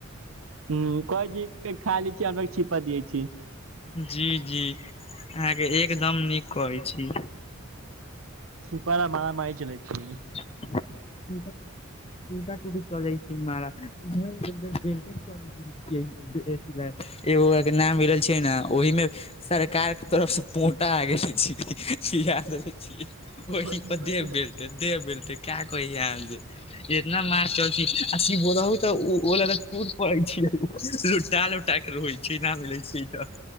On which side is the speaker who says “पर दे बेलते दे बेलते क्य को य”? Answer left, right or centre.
Left